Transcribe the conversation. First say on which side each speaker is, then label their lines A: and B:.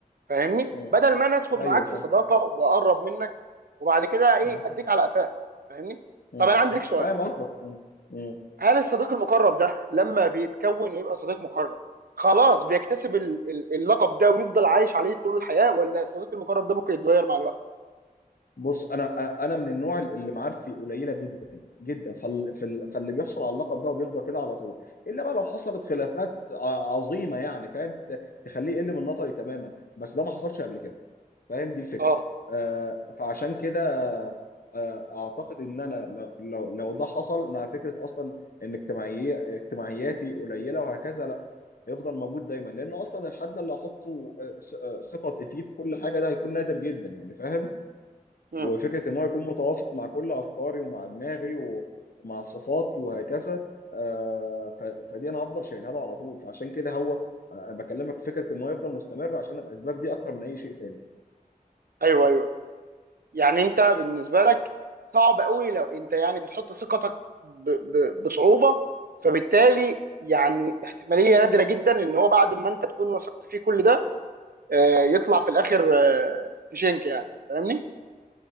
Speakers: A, on the right; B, on the left.
A: فاهمني
B: م.
A: بدل ما انا ادخل
B: ايوه
A: معاك
B: فاهم
A: في صداقه واقرب منك وبعد كده ايه
B: م-
A: اديك على قفاك فاهمني
B: م-
A: طب انا عندي
B: م.
A: لك سؤال
B: فاهم قصدك م- م.
A: هل الصديق المقرب ده لما بيتكون ويبقى صديق مقرب خلاص بيكتسب ال- ال- اللقب ده ويفضل عايش عليه طول الحياة ولا الصديق المقرب ده ممكن يتغير مع الوقت؟
B: بص انا انا من النوع اللي معارفي قليله جدا جدا فال- فال- فاللي بيحصل على اللقب ده وبيفضل كده على طول الا بقى لو حصلت خلافات ع- عظيمه يعني فاهم ت- تخليه يقل من نظري تماما بس ده ما حصلش قبل كده فاهم دي الفكره
A: اه
B: آه فعشان كده آه اعتقد ان انا لو لو لو ده حصل مع فكره اصلا ان اجتماعي اجتماعياتي قليله وهكذا لا هيفضل موجود دايما لان اصلا الحد اللي هحطه آه، ث- آه، ثقتي فيه في كل حاجه ده هيكون نادر جدا يعني فاهم
A: امم
B: وفكره ان هو يكون متوافق مع كل افكاري ومع دماغي و- ومع صفاتي وهكذا آه ف- فدي انا هفضل شايلها له على طول فعشان كده هو آه، بكلمك في فكره ان هو يفضل مستمر عشان الاسباب دي اكتر من اي شيء تاني
A: ايوه ايوه يعني انت بالنسبة لك صعب قوي لو انت يعني بتحط ثقتك ب... ب... بصعوبة فبالتالي يعني احتمالية نادرة جدا ان هو بعد ما انت تكون وثقت فيه كل ده آه، يطلع في الاخر آه، في شنك يعني فاهمني؟